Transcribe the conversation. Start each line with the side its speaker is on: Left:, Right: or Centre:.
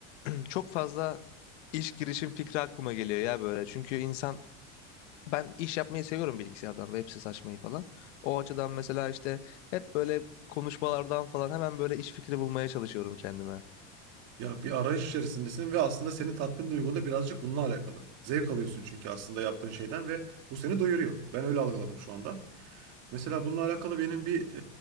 Left: <clears throat> çok fazla iş girişim fikri aklıma geliyor ya böyle. Çünkü insan ben iş yapmayı seviyorum bilgisayardan, web sitesi açmayı falan. O açıdan mesela işte hep böyle konuşmalardan falan hemen böyle iş fikri bulmaya çalışıyorum kendime.
Right: Ya bir arayış içerisindesin ve aslında senin tatmin duygun da birazcık bununla alakalı. Zevk alıyorsun çünkü aslında yaptığın şeyden ve bu seni doyuruyor. Ben öyle algıladım şu anda. Mesela bununla alakalı benim bir